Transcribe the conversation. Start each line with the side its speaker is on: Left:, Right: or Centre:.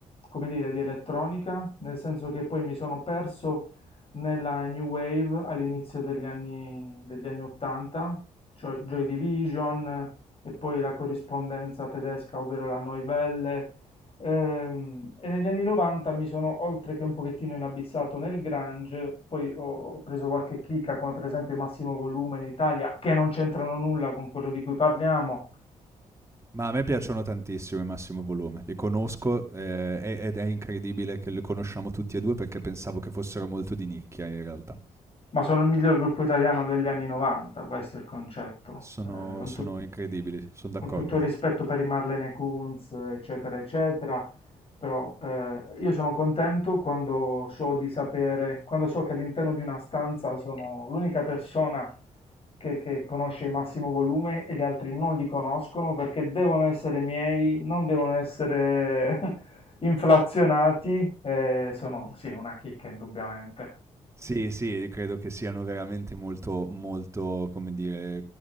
Left: come dire, di elettronica, nel senso che poi mi sono perso nella New Wave all'inizio degli anni, degli anni 80, cioè Joy Division eh, e poi la corrispondenza tedesca, ovvero la Neue Welle, Ehm, e negli anni 90 mi sono oltre che un pochettino inabissato nel grunge, poi ho ho preso qualche chicca come per esempio Massimo Volume in Italia, che non c'entrano nulla con quello di cui parliamo,
Right: Ma a me piacciono tantissimo i Massimo Volume, li conosco eh, e- ed è incredibile che li conosciamo tutti e due perché pensavo che fossero molto di nicchia in realtà.
Left: Ma sono il miglior gruppo italiano degli anni 90, questo è il concetto.
Right: Sono,
Left: Eh, con,
Right: sono
Left: tut-
Right: incredibili, sono
Left: con
Right: d'accordo.
Left: tutto il rispetto per i Marlene Kunz, eccetera, eccetera, però eh, io sono contento quando so di sapere, quando so che all'interno di una stanza sono l'unica persona che, che conosce il massimo volume e gli altri non li conoscono perché devono essere miei, non devono essere <laughs> inflazionati, eh, sono sì, una chicca indubbiamente.
Right: Sì, sì, credo che siano veramente molto, molto, come dire,